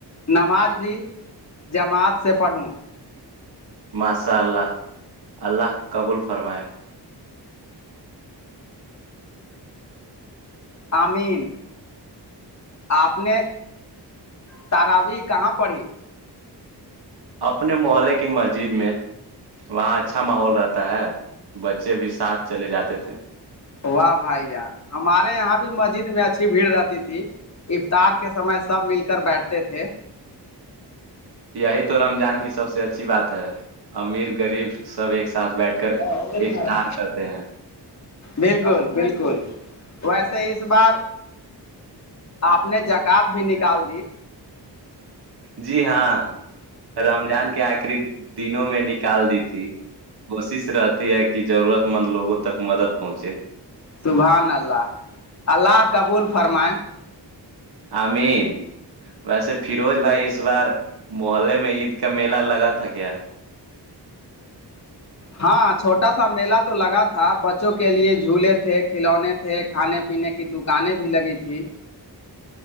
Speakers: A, on the left (about 40°); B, on the right (about 65°).
A: نماز بھی جماعت سے پڑھوں
B: ماسا اللہ اللہ قبول فرمائے
A: آمین آپ نے تاراوی کہاں پڑھی
B: اپنے محلے کی مسجد میں وہاں اچھا ماحول رہتا ہے بچے بھی ساتھ چلے جاتے تھے
A: واہ بھائی جان ہمارے یہاں بھی مسجد میں اچھی بھیڑ رہتی تھی افطار کے سمے سب مل کر بیٹھتے تھے
B: یہی تو رمضان کی سب سے اچھی بات ہے امیر غریب سب ایک ساتھ بیٹھ کر
A: ہ ہوگ ت
B: افطار
A: مارا
B: کرتے
A: بالکل بالکل ویسے اس بار آپ نے جکات بھی نکال دی
B: جی ہاں رمضان کیا آ بقری دنوں میں نکال دی تھی کوشش رہتی ہے کہ ضرورت مند لوگوں تک مدد پہنچے
A: سبحان اللہ اللہ کبول فرمائ
B: امین ویسے فیروز بھائی اس بار محلے میں عید کا میلہ لگا تھا کیا
A: ہاں چھوٹا سا میلہ تو لگا تھا بچوں کے لیے جھولے تھے کھلونے تھے تھے کھانے پینے کی دکانیں بھی لگی تھیں